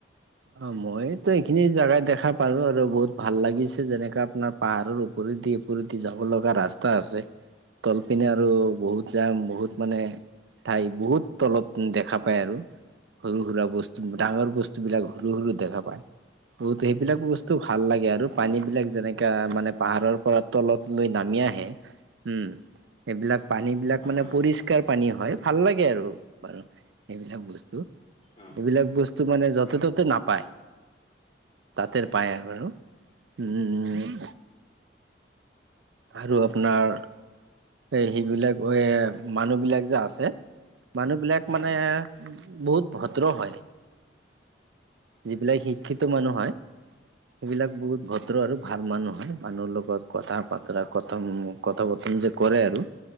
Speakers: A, on the right; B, on the left.
A: অ মইতো এইখিনি জাগা দেখা পালো আৰু বহুত ভাল লাগিছে যেনেকে আপোনাৰ পাহাৰৰ ওপৰেদি ওপৰেদি যাব লগা ৰাস্তা আছে। তলপিনে আৰু বহুত যাম বহুত মানে ঠাই বহুত তলত দেখা পায় আৰু সৰু সুৰা বস্তু ডাঙৰ বস্তু বিলাক সৰু সৰু দেখা পায় বহুতে সেইবিলাক বস্তু ভাল লাগে আৰু
B: অ
A: পানী বিলাক যেনেকা মানে পাহাৰৰ পৰা তলত লৈ নামি আহে উম এইবিলাক পানী বিলাক
B: হয়
A: মানে
B: হয়
A: পৰিষ্কাৰ পানী হয় ভাল লাগে আৰু সেইবিলাক বস্তু
B: অ
A: এইবিলাক বস্তু মানে য'তে ত'তে নাপায় তাঁতেৰ পায়ে আৰু উম আৰু আপোনাৰ এ সেইবিলাক এ মানুহ বিলাক যে আছে মানুহ বিলাক
B: হয়
A: মানে বহুত ভদ্ৰ হয় যিবিলাক শিক্ষিত মানুহ হয়। সেইবিলাক বহুত ভদ্ৰ আৰু ভাল মানুহ হয় মানুহৰ লগত কথা বতৰা কথম কথা বথন যে কৰে আৰু